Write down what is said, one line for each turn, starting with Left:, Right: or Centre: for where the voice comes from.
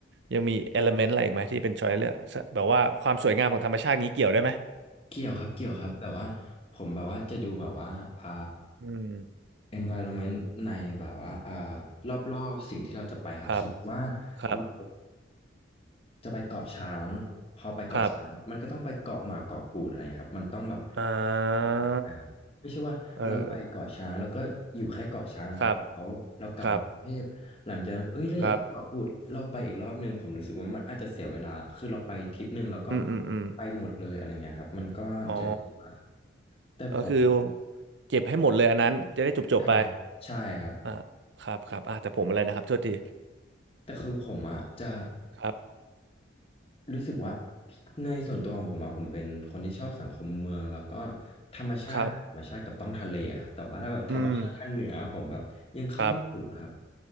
Right: ยังมี element อะไรอีกไหมที่เป็น choice เลือกแบบว่าความสวยงามของธรรมชาตินี้เกี่ยวได้ไหม
Left: เกี่ยวครับเกี่ยวครับแบบว่าผมแบบว่าจะดูแบบว่าอ่า
Right: อืม
Left: environment ในแบบว่าอ่ารอบๆสิ่งที่เราจะไปครับสมมติว่า
Right: ครับครับ
Left: เราจะไปเกาะช้างพอไปเกาะช้างมันก็ต้องไปเกาะหมาเกาะกูดอะไรเงี้ยครับมันต้องแบบ
Right: ครับอ่า
Left: มันเป็นไปอ่ะไม่ใช่ว่าเราไปเกาะช้างแล้วก็อยู่แค่เกาะช้างอะครับแล้วเรากลับมากรุงเทพหลังจากนั้นเอ้ยเราอยากไปเกาะกูดเราไปอีกรอบหนึ่งผมรู้สึกว่ามันอาจจะเสียเวลาคือเราไปทริปหนึ่งแล้วก็
Right: เออครับครับครับ อืมอืมอืม
Left: ไปหมดเลยอะไรเงี้ยครับมันก็จะดีกว่า
Right: อ๋อ
Left: แต่ผม
Right: ก็คือเก็บให้หมดเลยอันนั้นจะได้จบจบไป
Left: ใช่ใช่ครับ
Right: อ่าครับครับอ่าแต่ผมอะไรนะครับโทษที
Left: แต่คือผมอ่ะจะ
Right: ครับ
Left: รู้สึกว่าในส่วนตัวของผมอ่ะผมเป็นคนที่ชอบสังคมเมืองแล้วก็ธรรมชาติแต่ธรรมชาติกับต้องทะเลอะครับแต่ว่าถ้าแบบธรรมชาติทางเหนือผมแบบยังเข้าไม่ถึงครับ
Right: ครับอืมครับ